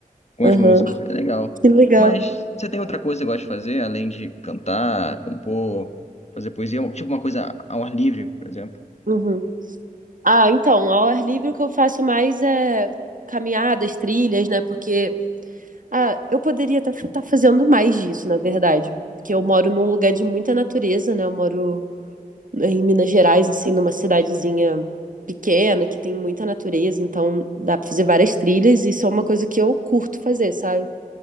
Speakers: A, on the left; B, on the right.
A: com
B: Aham.
A: as músicas. É legal.
B: Que legal.
A: Mas você tem outra coisa que gosta de fazer, além de cantar, compor, fazer poesia, tipo uma coisa ao ar livre, por exemplo?
B: Uhum. Ah, então, ao ar livre o que eu faço mais é caminhadas, trilhas, né? Porque Ah, eu poderia estar fazendo mais disso, na verdade. Porque eu moro num lugar de muita natureza, né? Eu moro em Minas Gerais, assim, numa cidadezinha pequena, que tem muita natureza, então dá pra fazer várias trilhas, e isso é uma coisa que eu curto fazer, sabe?